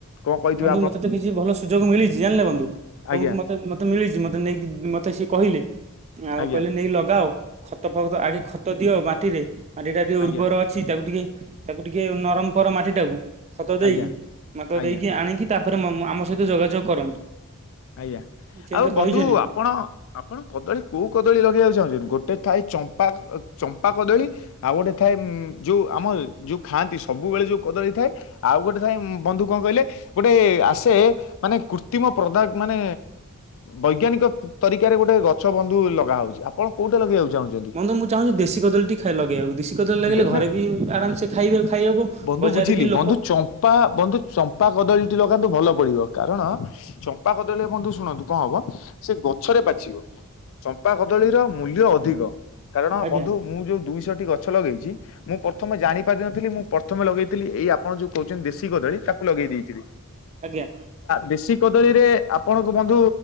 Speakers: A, on the left; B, on the right.
A: କଣ କହିଥିବ
B: ବନ୍ଧୁ ମତେ କିଛି ଭଲ ସୁଯୋଗ ମିଳିଛି ଜାଣିଲେ ବନ୍ଧୁ? ଆପଣଙ୍କୁ
A: ଆଜ୍ଞା
B: ମତେ ମତେ ମିଳିଛି ମତେ ନେଇକି ମତେ ସିଏ କହିଲେ ଆଉ
A: ଆଜ୍ଞା
B: କହିଲେ ନେଇକି ଲଗ ଲଗ ଖତ ଫକ ଆଗେ ଖତ ଦିଅ ମାଟିରେ ମାଟି ଟା ଟିକେ
A: ଆଜ୍ଞା
B: ଉର୍ବର ଅଛି ତାକୁ ଟିକେ ତାକୁ ଟିକେ ନରମ କର ମାଟି ଟାକୁ ଖତ ଦେଇକି
A: ଆଜ୍ଞା
B: ମାତ
A: ଆଜ୍ଞା
B: ଦେଇକି। ଆଣିକି ତାପରେ ଆମ ସହିତ ଯୋଗାଯୋଗ କରନ୍ତୁ।
A: ଆଜ୍ଞା।
B: ସେ
A: ଆଉ
B: ମତେ କହିଛନ୍ତି
A: ବନ୍ଧୁ ଆପଣ ଆପଣ କଦଳୀ କୋଉ କଦଳୀ ଲଗେଇବାକୁ ଚାହୁଁଛନ୍ତି ଗୋଟେ ଥାଏ ଚମ୍ପା ଚମ୍ପା କଦଳୀ ଆଉ ଗୋଟେ ଥାଏ ଯୋଉ ଆମର ଯୋଉ ଖାଆନ୍ତି ସବୁବେଳେ ଯୋଉ କଦଳୀ ଥାଏ ଆଉ ଗୋଟେ ଥାଏ ବନ୍ଧୁ କଣ କହିଲେ ଗୋଟେ ଆସେ ମାନେ କୃତ୍ରିମ ପଦା ମାନେ ବୈଜ୍ଞାନିକ ତରିକାରେ ଗୋଟେ ଗଛ ବନ୍ଧୁ ଲଗା ହଉଛି। ଆପଣ କୋଉଟା ଲଗେଇବାକୁ ଚାହୁଁଛନ୍ତି?
B: ବନ୍ଧୁ ମୁଁ ଚାହୁଁଛି ଦେଶୀ କଦଳୀ ଟିକେ ଖାଇ ଲଗେଇବାବକୁ ଦେଶୀ କଦଳୀ ଲଗେଇଲେ
A: ଦେ- ନା
B: ଘରେ ବି ଆରାମସେ ଖାଇବେ। ଖାଇହବ
A: ବନ୍ଧୁ
B: ବଜାରରେ
A: ବୁଝିଲି
B: ବି ଲୋକ
A: ବନ୍ଧୁ ଚମ୍ପା ବନ୍ଧୁ ଚମ୍ପା କଦଳୀଟି ଲଗାନ୍ତୁ ଭଲ ପଡିବ କାରଣ ଚମ୍ପା କଦଳ ବୁ ଶୁଣନ୍ତୁ କଣ ହବ ସେ ଗଛରେ ପାଛିବ ଚମ୍ପା କଦଳୀର ମୂଲ୍ୟ ଅଧିକ। କାରଣ
B: ଆଜ୍ଞା
A: ବନ୍ଧୁ ମୁଁ ଯୋଉ ଦୁଇଶହ ଟି ଗଛ ଗଛ ଲଗେଇଛି ମୁଁ ପ୍ରଥମେ ଜାଣିପାରିିନଥିଲି ମୁଁ ପ୍ରଥମେ ଲଗେଇଥିଲି ଏଇ ଆପଣ ଯୋଉ କହୁଛନ୍ତି ଦେଶୀ ଗଦଳୀ ତାକୁ ଲଗେଇ କିନ୍ତୁ
B: ଆଜ୍ଞା
A: ଦେଶୀ କଦଳୀରେ ଆପଣଙ୍କୁ ବନ୍ଧୁ